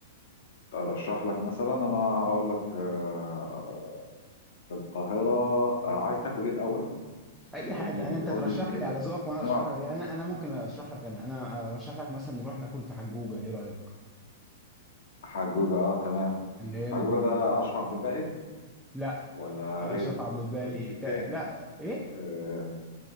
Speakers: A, on the left (about 75°); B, in the centre.
A: ارشح لك مثلا انا هقول لك آه، في القاهره آه، عايز تاكل ايه الاول
B: اي
A: يعني
B: حاجه
A: قول لي
B: انا انت
A: قول
B: ترشح
A: لي
B: لي على ذوقك وانا
A: النوع
B: ارشح لك يعني انا أنا ممكن ارشح لك انا انا ارشح لك مثلا نروح ناكل في حجوجه ايه رايك
A: حجوجه اه تمام
B: اللي هي
A: حجوجة
B: ال... ال...
A: ده أشرف عبد الباقي
B: لا
A: ولا
B: اشرف
A: غيره؟
B: عبد الباقي
A: الت- التاني
B: ت... لا ايه
A: آه